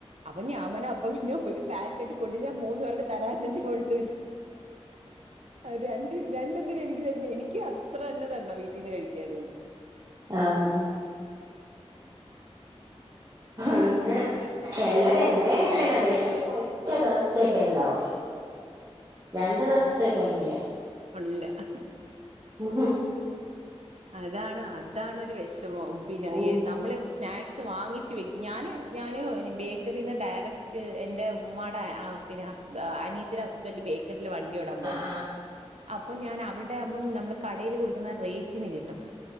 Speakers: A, on the right; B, on the right.
A: അപ്പൊ ഞാമന് അപ്പ പിന്നെ ഒരു പാക്കറ്റ് പൊട്ടിച്ചാ മൂന്നു പേർക്ക് തരാന്നല്ലേ ഉള്ളു അ രണ്ട് രണ്ടെന്തിനാ എനിക്ക് തരുന്നേ എനിക്ക് അത്ര തന്നെ തര്ണ വീട്ടിന്ന് കഴിക്കാന്നുംന്ന്
B: ആഹ് അങ്ങനെ <unintelligible> ഇവിടെ അങ്ങെൻ തന്നെ ബേക്കറീക്കെ ഒറ്റ ദിവസൊക്കെ ഇണ്ടാവും രണ്ട് ദിവസത്തേക്കൊന്നുല്ല
A: ഉല്ല.. അഹ്..
B: ഇൻ ഓഡിബിൾ
A: അതാണ്, അതാണോര് വെഷമം പിന്നെ
B: ആഹ്
A: നമ്മള് സ്നാക് വാങ്ങിച് വെക്കും, ഞാന് ഞാൻ ബേക്കറിന്ന് ഡയറക്റ്റ് എന്റെ ഉമ്മാടെ പിന്ന മ് അനിയത്തീടെ ഹസ്ബൻഡറ് ബേക്കറിൽ വണ്ടി ഓടാൻ പോകുന്നുണ്ട്.
B: ആഹ്
A: അപ്പം ഞാൻ അവിടെ ആമ്പം നമ്മള് കടയിൽ കൊടുക്കുന്ന റേറ്റിന് കിട്ടും.